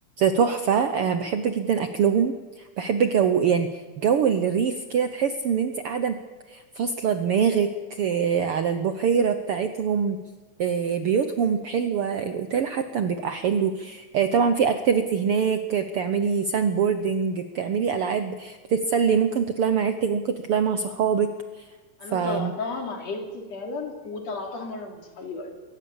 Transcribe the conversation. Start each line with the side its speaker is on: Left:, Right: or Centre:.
Right: تحفة آه، بحب جدا أكلهم بحب جو يعني جو الريف كده تحس إن أنت قاعدة فاصلة دماغك آه، على البحيرة بتاعتهم آه، بيوتهم حلوة الأوتيل حتى بيبقى حلو آه، طبعا في اكتيفيتي هناك بتعملي ساند بوردنج بتعملي ألعاب بتتسلي ممكن تطلعي مع عيلتك ممكن تطلعي مع صحابك فهو
Left: انا طلعتها مع عيلتي فعلا وطلعتها مره مع اصحابي برضه